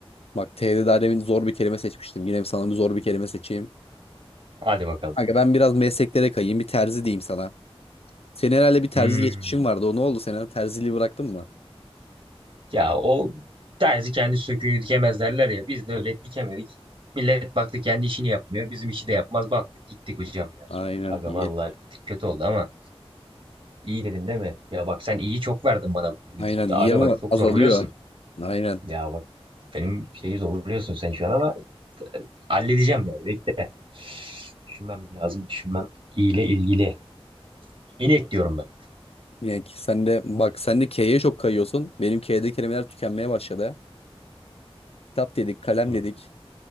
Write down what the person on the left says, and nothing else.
bak T'de daha demin zor bir kelime seçmiştim. Yine sana bir zor bir kelime seçeyim.
Kanka ben biraz mesleklere kayayım. Bir terzi diyeyim sana. Senin herhalde bir terzi
geçmişin vardı. O ne oldu? Sen herhalde terziliği bıraktın mı?
Aynen
iyi.
Aynen
iyi ama
azalıyor.
Aynen.
Yani ki sen de bak sen de K'ye çok kayıyorsun. Benim K'de kelimeler tükenmeye başladı. Kitap dedik, kalem
dedik.